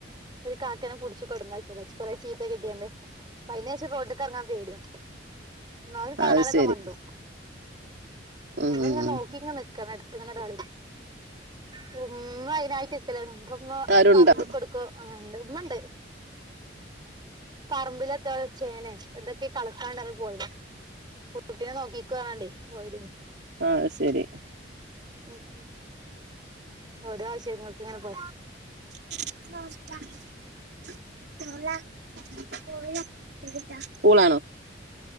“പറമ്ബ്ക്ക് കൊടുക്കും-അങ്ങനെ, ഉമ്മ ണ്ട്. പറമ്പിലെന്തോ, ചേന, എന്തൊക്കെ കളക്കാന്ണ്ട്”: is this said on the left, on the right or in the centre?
Right